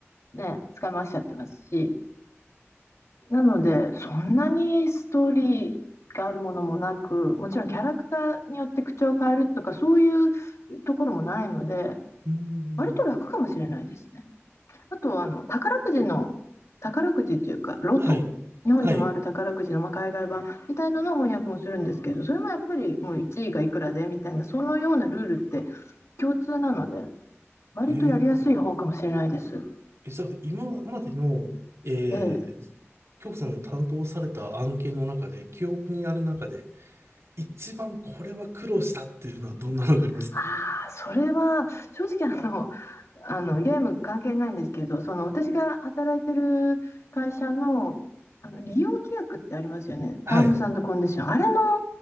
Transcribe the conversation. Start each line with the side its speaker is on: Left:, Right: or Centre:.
Left: う、ね、使い回しちゃってますし。なので、そんなにストーリーがあるものもなく、もちろんキャラクターによって口調を変えるとか、そういうところもないので、
Right: うーん。
Left: 割と楽かもしれないですね。あとはあの宝くじの宝くじというかロト日本にもある宝くじの、
Right: はい。はい。
Left: まあ、海外版みたいなのを翻訳もするんですけどそれもやっぱりもう1位がいくらでみたいなそのようなルールって共通なので割とやりやすい方かもしれないです。
Right: えー、え、じゃあ、今までの、え
Left: ええ、
Right: ー、京子さんの担当された案件の中で、記憶にある中で、一番これは苦労したっていうのはどんなのがありますか
Left: ああそれは正直あのあのゲーム関係ないんですけどその私が働いてる会社の、あの利用規約ってありますよねタームスコンディションあれの
Right: はい。あ